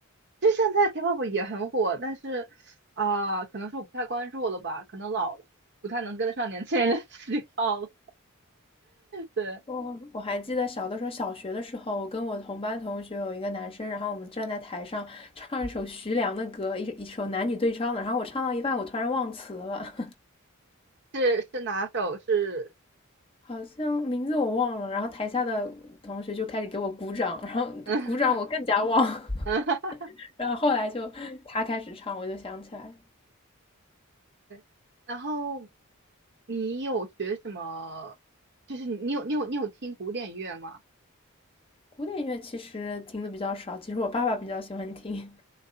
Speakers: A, on the right; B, on the left.
A: 就现在 K-pop 也很火，但是啊、可能是我不太关注了吧，可能老了，不太能跟得上年轻人的喜好对。
B: 我我还记得小的时候，小学的时候，我跟我同班同学有一个男生，然后我们站在台上唱一首徐良的歌，一一首男女对唱的，然后我唱到一半，我突然忘词了，
A: 是是哪首？是，
B: 好像名字我忘了，然后台下的同学就开始给我鼓掌，然后鼓掌我更加忘，
A: 嗯嗯，<laughs>
B: <laughs> 然后后来就他开始唱，我就想起来了
A: 对。然后你有学什么？就是你你有你有你有听古典乐吗？
B: 古典乐其实听的比较少，其实我爸爸比较喜欢听